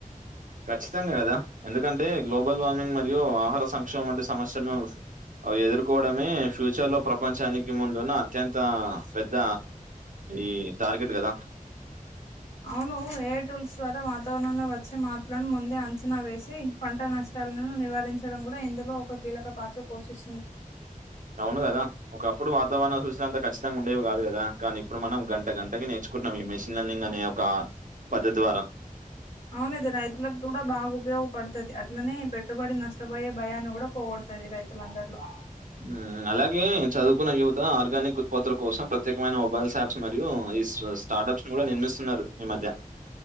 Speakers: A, on the right; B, on the left.
A: ఖచ్చితంగా గదా ఎందుకంటే గ్లోబల్ వార్మింగ్ మరియు ఆహార సంక్షేమం వంటి సమస్యలను అవి ఎదుర్కోవడమే ఫ్యూచర్ లో ప్రపంచానికి ముందున్న అత్యంతా పెద్ద ఈ టార్గెట్ గదా
B: అవును ఎఐ టూల్స్ ద్వారా వాతావరణంలో వచ్చే మార్పులను ముందే అంచనా వేసి పంట నష్టాల్ను నివారించడం గూడ ఇందులో ఒక కీలక పాత్ర పోషిస్తుంది
A: అవును గదా ఒకప్పుడు వాతావరణం చూసినంత ఖచ్చితంగా ఉండేవి గాదు గదా కానీ ఇప్పుడు మనం గంట గంటకి నేర్చుకుంట్నం ఈ మెషిన్ లెర్నింగ్ అనే ఓ క పది ద్వారా
B: అవునిది రైతులక్కూడా బాగా ఉపయోగపడ్తది అట్లనే పెట్టుబడి నష్టపోయే భయాన్ని గుడా పోగొడుతది రైతులందరిలో
A: మ్మ్ అలాగే చదువుకున్న యువత ఆర్గానిక్ ఉత్పత్తుల కోసం ప్రత్యేకమైన మొబైల్స్ యాప్స్ మరియు ఇశ్రాస్ స్టార్టప్స్ ను కూడా నిర్మిస్తున్నారు ఈ మధ్య